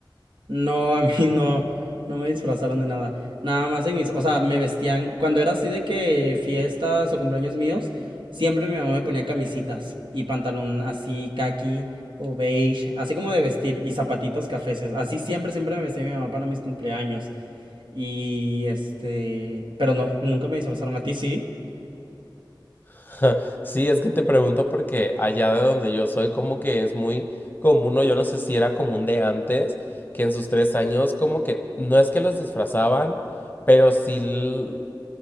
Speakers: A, on the right; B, on the left.
A: No, a mí no, no me disfrazaron de nada. Nada más en mis, o sea, me vestían, cuando era así de que fiestas o cumpleaños míos, siempre mi mamá me ponía camisitas y pantalón así caqui o beige, así como de vestir y zapatitos cafeses. Así siempre, siempre me vestía mi mamá para mis cumpleaños. Y este, pero no, nunca me disfrazaron a ti, ¿sí?
B: <laughs> Sí, es que te pregunto porque allá de donde yo soy, como que es muy común, o yo no sé si era común de antes, que en sus tres años, como que no es que los disfrazaban, pero sí. l-